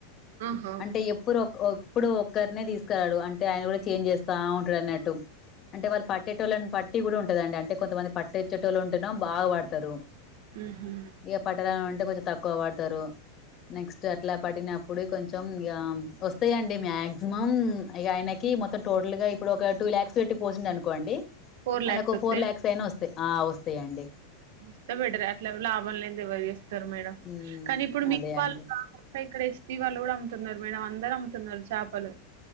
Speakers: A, on the right (about 65°); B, on the left (about 30°).
A: ఆహా
B: అంటే ఎప్పురొ ఇప్పుడు ఒక్కరినే తీసుకురాడు అంటే ఆయన కూడా చేంజ్ చేస్తా ఉంటడన్నట్టు అంటే వాళ్ళు పట్టేటోళ్ళలను పట్టి గూడా ఉంటదండి అంటే కొంతమంది పట్టెచ్చేటోళ్ళ ఉంటేనో బాగ వాడతారు
A: ఊహు
B: ఇక పట్టణామె అంటే కొంచెం తక్కువ పడతారు. నెక్స్ట్ అట్లా పట్టినప్పుడు కొంచెం ఇక వస్తాయిండి మాక్సిమం ఇక ఆయనకి మొత్తం టోటల్ గా ఇప్పుడు ఒక టూ లాక్స్ పెట్టి పోసిండు అనుకోండి.
A: ఫోర్
B: ఆయనకు
A: లాక్స్
B: ఒక
A: వత్తయా
B: ఫోర్ లాక్స్ అయినా వస్తాయి. ఆ వస్తాయండి.
A: వస్తే బెటరే అట్లా లాభాలు లాభాలు లేందే ఎవరు చేస్తారు మేడం.
B: ఉమ్
A: కానీ ఇప్పుడు మీకు
B: అదే
A: వాళ్ళ
B: అండి
A: ఇక్కడ యాస్ పి వాళ్ళు కూడా అమ్ముతున్నారు మేడం. అందరూ అమ్ముతున్నారు చేపలు.